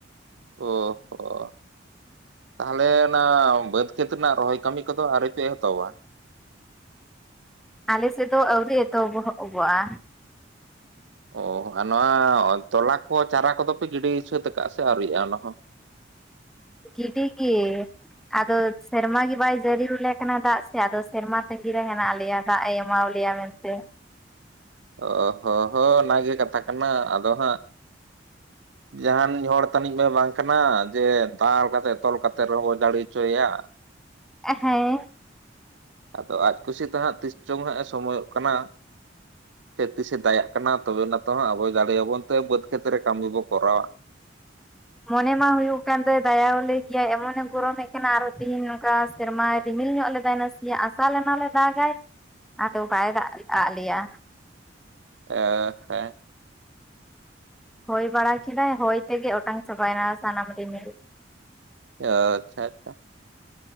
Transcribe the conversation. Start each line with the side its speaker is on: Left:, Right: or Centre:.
Right: ᱚ, ᱚᱸ ᱛᱟᱦᱚᱞᱮ ᱚᱱᱟ ᱵᱟᱹᱫᱽ ᱠᱷᱮᱛ ᱨᱮᱱᱟᱜ ᱨᱚᱦᱚᱭ ᱠᱟᱹᱢᱤ ᱠᱚᱫᱚ ᱟᱨᱚ ᱪᱚᱭ ᱮ ᱦᱟᱛᱟᱚᱵᱣᱟ?
Centre: ᱟᱞᱮ ᱥᱮᱫ ᱫᱚ, ᱟᱹᱣᱨᱤ ᱮᱛᱚᱦᱚᱵ ᱵᱚᱦᱚᱜ ᱜᱚᱜᱼᱟ᱾
Right: ᱚ ᱟᱨ ᱱᱚᱣᱟ ᱛᱚᱞᱟ ᱠᱚ, ᱪᱟᱨᱟ ᱠᱚᱫᱚᱯᱮ ᱜᱤᱰᱤ ᱥᱟᱹᱛ ᱠᱫᱼᱟ ᱥᱮ ᱟᱹᱣᱨᱩᱮᱫᱼᱟ ᱚᱱᱟ ᱦᱚᱸ?
Centre: ᱜᱤ ᱴᱤ ᱜᱮ᱾ ᱟᱫᱚ ᱥᱮᱨᱢᱟ ᱜᱮ ᱵᱟᱭ ᱡᱟᱹᱨᱤᱲ ᱟᱞᱮ ᱠᱟᱱᱟ ᱫᱟᱜ᱾ ᱥᱮ ᱟᱫᱚ ᱥᱮᱨᱢᱟ ᱛᱟᱹᱜᱤᱮ ᱦᱮᱱᱟᱜ ᱞᱮᱭᱟ᱾ ᱫᱟᱜ ᱮ ᱮᱢᱟᱣᱟ ᱞᱮᱭᱟ ᱢᱮᱱᱛᱮ
Right: ᱚ ᱦᱚᱸ ᱦᱚᱸ, ᱚᱱᱟᱜᱮ ᱠᱟᱛᱷᱟ ᱠᱟᱱᱟ᱾ ᱟᱫᱚ ᱦᱟᱸᱜ <inaudible> ᱡᱟᱦᱟᱱᱤᱡ ᱦᱚᱲ ᱛᱟᱹᱱᱤᱡ ᱢᱮ ᱵᱟᱝ ᱠᱟᱱᱟ᱾ ᱡᱮ ᱫᱟᱞ ᱠᱟᱛᱮ ᱛᱚᱞ ᱠᱟᱛᱮ ᱨᱮᱦᱚᱸ ᱵᱚ ᱡᱟᱲᱮ ᱦᱚᱪᱚᱭᱮᱭᱟ᱾
Centre: ᱮᱫ ᱦᱮᱸ
Right: ᱟᱫᱚ ᱟᱡ ᱠᱩᱥᱤ ᱛᱮ ᱦᱟᱸᱜ ᱛᱤᱥ ᱪᱚᱝ ᱦᱟᱸᱜ ᱮ ᱥᱚᱢᱚᱭᱚᱜ ᱠᱟᱱᱟ᱾ ᱥᱮ ᱛᱤᱥᱮ ᱫᱟᱲᱭᱟᱜ ᱠᱟᱱᱟ᱾ ᱛᱚᱵᱮ ᱱᱟᱛ ᱦᱚᱸᱜ ᱟᱵᱚᱭ ᱫᱟᱲᱮ ᱟᱵᱚᱱ ᱛᱮ ᱵᱟᱹᱫᱽ ᱠᱷᱮᱛᱨᱮ ᱠᱟᱹᱢᱤ ᱵᱚ ᱠᱚᱨᱟᱣᱟ᱾
Centre: ᱢᱚᱱᱮ ᱢᱟ ᱦᱩᱭᱩᱜ ᱠᱟᱱ ᱛᱟᱭ ᱫᱟᱭᱟᱞᱟᱹᱭ ᱜᱮᱟᱭ᱾ ᱮᱢᱚᱱᱮ ᱜᱚᱨᱚᱢᱮᱫ ᱠᱟᱱᱟ᱾ ᱟᱨᱦᱚ ᱛᱤᱦᱤᱧ ᱱᱚᱝᱠᱟ ᱥᱮᱨᱢᱟᱭ ᱨᱤᱢᱤᱞ ᱧᱚᱜ ᱞᱮᱫᱟᱭ᱾ ᱱᱟ ᱥᱮ ᱟᱥᱟ ᱞᱮᱱᱟᱞᱮ ᱫᱟᱜᱟᱭ᱾ ᱟᱫᱚ ᱵᱟᱭ ᱫᱟᱜ ᱟᱟᱜ ᱞᱮᱭᱟ᱾
Right: <unintelligible>
Centre: ᱦᱩᱭ ᱵᱟᱲᱟ ᱠᱮᱫᱟᱭ᱾ ᱦᱚᱭ ᱛᱮᱜᱮ ᱚᱴᱟᱝ ᱪᱟᱵᱟᱭᱮᱱᱟ ᱥᱟᱱᱟᱢ ᱨᱤᱢᱤᱞ᱾
Right: ᱟ ᱟᱪᱷᱟ, ᱟᱪᱷᱟ,